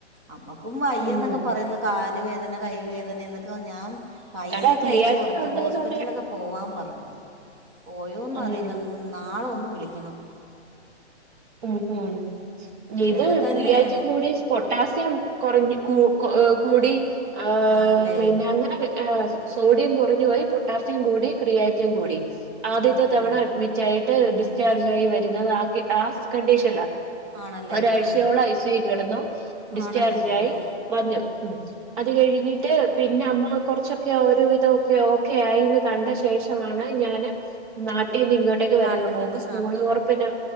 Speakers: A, on the right (about 25°); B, on the right (about 45°).
A: അമ്മക്കും വയ്യന്നൊക്കെ
B: ഉം
A: പറയുന്നു കാല് വേദന കൈ വേദന എന്നൊക്കെ ഞാൻ പൈസയൊക്കെ
B: എടാ ക്രിയാറ്റിൻ
A: അയച്ച് കൊടുത്ത്
B: ഉണ്ടെന്നുണ്ടെ
A: ഹോസ്പിറ്റലിലൊക്കെ പോവാൻ പറഞ്ഞു പോയോന്നറിയില്ലന്ന്
B: ഉം
A: നാളെ ഒന്ന് വിളിക്കണം.
B: ഉമ് മ്മ്
A: ഇതൊക്കെ
B: ഇത്
A: തന്നെയാണ്
B: ക്രിയാറ്റിൻ കൂടി പൊട്ടാസ്യം കുറഞ്ഞു കൂ ക് കൂടി ആഹാ
A: ആണല്ലേ
B: പിന്നെ അങ്ങനെ ഏഹ് സോഡിയം കുറഞ്ഞ് പോയി പൊട്ടാസ്യം കൂടി ക്രിയാറ്റിൻ കൂടി ആദ്യത്തെ
A: ആണല്ലേ
B: തവണ അഡ്മിറ്റായിട്ട് ഡിസ്ചാർജ്
A: അഡ്മിറ്റ്
B: ആയി വരുന്നത് ആക് ആ കണ്ടീഷൻലാ
A: ആണല്ലേ
B: ഒരാഴ്ചയോളം
A: ആ
B: ഐ സി യു കിടന്നു ഡിസ്ചാർജായി
A: ആണല്ലേ അയ്യോ
B: വന്നു മ് അത് കഴിഞ്ഞിട്ട് പിന്നെ അമ്മ കുറച്ചൊക്കെ ഒരുവിധൊക്കെ ഓക്കെ ആയിന്ന് കണ്ട ശേ ശേഷമാണ് ഞാന് നാട്ടിൽന്നിങ്ങോട്ടേക്ക് വരുന്നത്
A: നാട്ടിലേക്ക്
B: മോക്ക് സ്കൂള്തുറപ്പിന്റ